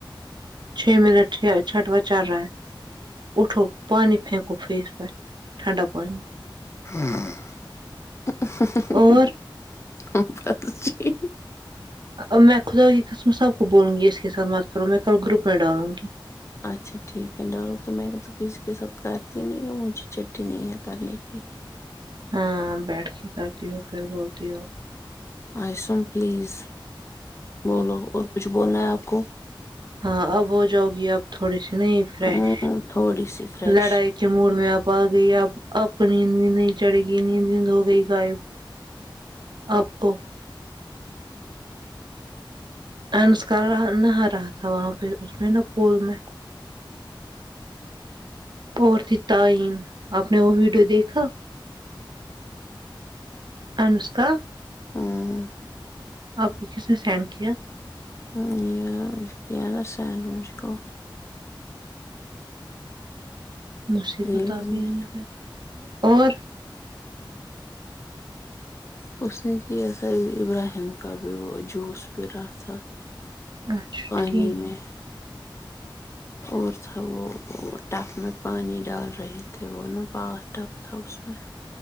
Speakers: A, on the right; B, on the left.
A: چھ منٹ چ چھٹوا چل رہا ہے اٹھو پانی پھینکو فیس پے ٹھنڈا پانی
B: <unintelligible>
A: اور
B: ہم ورت رکھیں
A: اب میں خدا کی قسم سب کو بولوں گی اس کے ساتھ بات کروں میں کل گروپ میں ڈالوں گی
B: اچھا ٹھیک ہے ڈالو تو میں تو کسی کے ساتھ کرتی نہیں ہوں مجھے چھٹتی نہیں ہے کرنے کی
A: ہاں بیٹھ کے کرتی ہو پھر بولتی ہو
B: اسم پلیز بولو اور کچھ بولنا ہے آپ کو
A: ہاں اب ہو جاؤ گی آپ تھوڑی سی نہیں فریش
B: ہمم تھوڑی سی فریش
A: لڑائی کے موڑ میں آپ آ گئی آپ آپ کو نیند بھی نہیں چڑھے گی نیند نیند ہو گئی غائب آپ کو انسک نہا رہا تھا وہاں پہ اس میں نا پول میں عورتے تعین آپ نے وہ ویڈیو دیکھا انس کا
B: ہاں
A: آپ کو کس نے سینڈ کیا
B: <unintelligible>
A: مجھے
B: نیلم
A: بتا گئی
B: نے
A: ہے گھر اور
B: اس نے کہ ایسا ابراہیم کا بھی وہ جوس بھی رہا تھا
A: اچھا
B: پانی
A: ٹھیک
B: میں اور تھا وہ ٹپ میں پانی ڈال رہے تھے وہ نا بات ٹب تھا اس میں